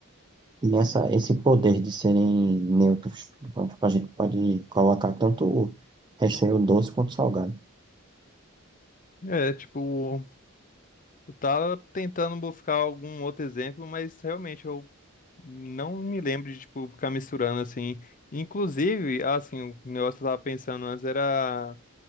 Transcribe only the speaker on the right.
tem essa, esse poder de serem neutros. Então, tipo, a gente pode colocar tanto recheio doce quanto salgado.